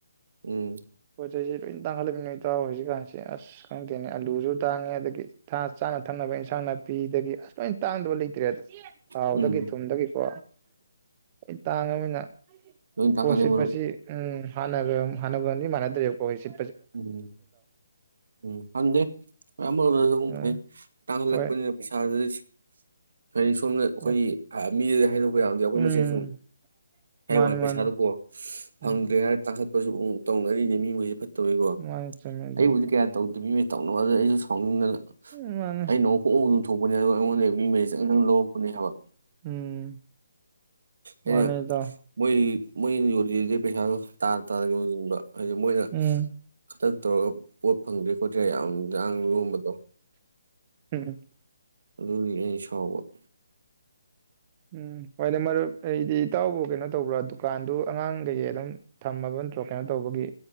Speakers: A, on the right; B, on the right.
A: ꯎꯝ
B: ꯄꯣꯠꯆꯩꯁꯤ ꯂꯣꯏꯅ ꯇꯥꯡꯈꯠꯂꯃꯤꯅ ꯏꯇꯔꯣ ꯍꯧꯖꯤꯛꯀꯥꯟꯁꯤꯦ ꯑꯁ ꯈꯪꯗꯦꯅꯦ ꯑꯂꯨꯁꯨ ꯇꯥꯡꯉꯦ ꯑꯗꯒꯤ ꯊ ꯆꯥꯅ ꯊꯛꯅꯕ ꯏꯟꯁꯥꯡꯅ ꯐꯄꯤꯤꯗꯒꯤ ꯑꯁ ꯂꯥꯏꯅ ꯇꯥꯡꯗꯕ ꯂꯩꯇ꯭ꯔꯦꯗ ꯍꯥꯎꯗꯒꯤ
A: ꯎꯝ
B: ꯊꯨꯝꯗꯒꯤꯀꯣ ꯑꯩ ꯇꯥꯡꯉꯃꯤꯅ
A: ꯂꯣꯏ ꯇꯥꯡꯈꯠꯂꯦ
B: ꯄꯣꯁꯤ
A: ꯃꯔꯨꯞ
B: ꯄꯁꯤ ꯎꯝ ꯍꯅꯒ ꯍꯅꯒꯨꯝ ꯃꯅꯦꯗꯔꯛꯣꯏꯁꯤ
A: ꯎꯝ ꯎꯝ ꯐꯪꯗꯦ ꯃꯌꯥꯝ ꯃꯔꯗꯁꯨ ꯑꯗꯨ
B: ꯎꯝ
A: ꯐꯩ ꯇꯥꯡꯍꯜꯂꯛꯄꯅꯤꯅ
B: ꯍꯣꯏ
A: ꯄꯩꯁꯥꯁꯤꯗꯤ ꯍꯥꯏꯗꯤ ꯁꯣꯝꯅ ꯑꯩꯈꯣꯏꯒꯤ
B: ꯍꯣꯏ
A: ꯃꯤꯦ ꯑꯩꯈꯣꯏ ꯌꯥꯝꯁꯦ ꯑꯩꯈꯣꯏ
B: ꯎꯝ
A: ꯃꯁꯦ ꯁꯨꯝ ꯌꯥꯏ
B: ꯃꯥꯅꯤ
A: ꯋꯥꯏ ꯄꯩꯁꯥꯗꯀꯣ
B: ꯃꯥꯅꯤ
A: ꯐꯪꯗ꯭ꯔꯦ
B: ꯎꯝ
A: ꯍꯥꯏꯅ ꯇꯥꯡꯈꯠ ꯎ ꯇꯧꯅꯔꯤꯅꯦꯦ ꯃꯤꯈꯣꯏꯁꯦ ꯐ ꯇꯧꯋꯤꯀꯣ
B: ꯃꯥꯅꯤ ꯆꯨꯝꯃꯦ ꯑꯗꯨꯅꯤ
A: ꯑꯩꯕꯨꯗꯤ ꯀꯌꯥ ꯇꯧꯗꯕꯤ ꯇꯧꯅꯕꯗ ꯑꯩꯁꯨ ꯁꯥꯎꯅꯤꯡꯗꯅ
B: ꯎꯝ ꯃꯥꯅꯤ
A: ꯑꯩꯅ ꯑꯃꯣꯡꯛ ꯄꯣꯛꯍ ꯑꯗꯨꯝꯊꯣꯛꯄꯅꯦ ꯑꯗꯨꯒ ꯑꯩꯉꯣꯟꯗ ꯃꯤ ꯃꯔꯤ ꯆꯪ ꯆꯪ ꯂꯧꯔꯛꯄꯅꯦ ꯍꯥꯏꯕ
B: ꯎꯝ
A: ꯑꯩꯅ
B: ꯃꯥꯅꯤ ꯏꯇꯥꯎ
A: ꯃꯣꯏ ꯃꯣꯏꯅꯤꯔꯤ ꯄꯩꯁꯥ ꯇꯥ ꯇꯥꯔꯤꯡꯕ ꯍꯥꯏꯗꯤ ꯃꯣꯏꯅ
B: ꯎꯝ
A: ꯈꯇꯪ ꯇꯧꯔꯒ ꯄꯣꯠ ꯐꯪꯗ꯭ꯔꯦ ꯈꯣꯠꯇ꯭ꯔꯦ ꯌꯥꯝ ꯌꯥꯥꯡ ꯂꯕꯗꯣ
B: ꯍꯝ
A: ꯑꯗꯨ ꯑꯩ ꯁꯕꯜ
B: ꯎꯝ ꯍꯣꯏꯗꯤ ꯃꯔꯨꯞ ꯑꯩꯗꯤ ꯏꯇꯥꯎꯕ ꯀꯩꯅꯣ ꯇꯧꯕ꯭ꯔꯥ ꯗꯨꯀꯥꯟꯗꯨ ꯑꯉꯥꯡ ꯀꯩꯀꯩ ꯑꯗꯨꯝ ꯊꯝꯃꯕ ꯅꯠꯇ꯭ꯔꯣ ꯀꯩꯅꯣ ꯇꯧꯕꯒꯤ